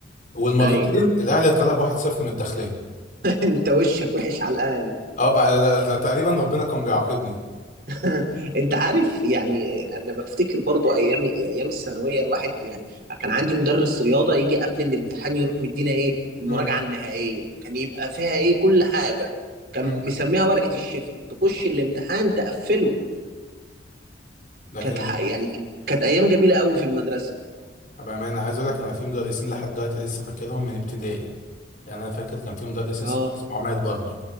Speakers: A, on the left; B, on the right.
A: والمرتين
B: ايوه
A: الاهلي اتغلب 1-0 من الداخليه
B: <laughs> انت وشك وحش على الاقل
A: اه بقى لا- لا- تقريبا ربنا كان بيعاقبني
B: <laughs> انت عارف يعني انا بفتكر برضو ايام ايام الثانويه الواحد يعني كان عندي مدرس رياضه يجي قبل الامتحان يروح مدينا ايه المراجعه
A: امم
B: النهائيه كان يبقى فيها ايه كل حاجه كان
A: امم
B: مسميها ورقه الشفا تخش الامتحان تقفله
A: لكن
B: كانت ح- يعني كانت ايام جميله قوي في المدرسه
A: بامانه عايز اقول لك انا في مدرسين لحد دلوقتي لسه فاكرهم من ابتدائي يعني انا فاكر كان في مدرس
B: اه
A: اسمه اسمه عماد برضه